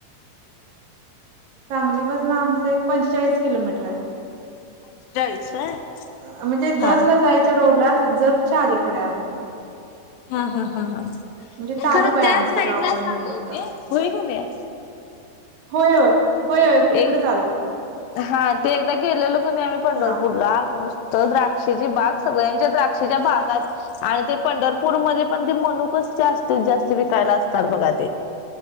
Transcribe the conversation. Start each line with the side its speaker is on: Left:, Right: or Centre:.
Right: सांगलीपासून आमचं एक पंचेचाळीस किलोमीटर आहे.
Left: पंचेचाळीस होय
Right: म्हणजे जत
Left: हा
Right: ल जायच्या रोडला जतच्या अलीकड आमच -
Left: हा हा हा हा
Right: म्हणजे तालुका
Left: खरं
Right: आहे
Left: त्या
Right: आमचं
Left: साईड
Right: गाव
Left: लाच
Right: पण हे
Left: आल
Right: मोठं
Left: होते होय का नाही
Right: होय होय होय होय इकडंच
Left: एक
Right: आलं
Left: हा ते एकदा गेलेलोक नाही आम्ही पंढरपूर
Right: हा
Left: ला नुसतं द्राक्षेची बाग
Right: हा
Left: सगळ्यांच्या द्राक्ष च्या बागाच - आणि ते पंढरपूरमध्येध्ये पण ते मनुकच जास्तीत जास्ती विकायला असतात बघा ते